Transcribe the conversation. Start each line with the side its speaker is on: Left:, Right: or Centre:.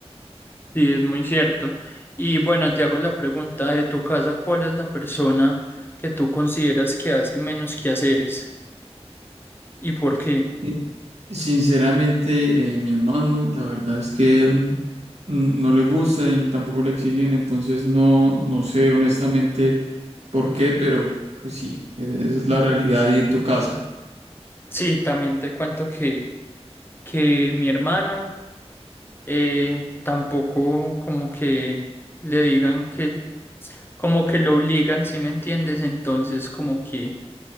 Left: Sí, es muy cierto. Y bueno, te hago la pregunta de tu casa, ¿cuál es la persona que tú consideras que hace menos quehaceres y por qué?
Right: Y, Sinceramente, eh, mi hermano, la verdad es que mm, n- no le gusta y tampoco le exigen, entonces no, no sé honestamente por qué, pero pues sí, e- esa es la realidad y en tu casa.
Left: Sí, también te cuento que, que mi hermano eh, tampoco como que le digan que, como que lo obligan, si me entiendes? Entonces, como que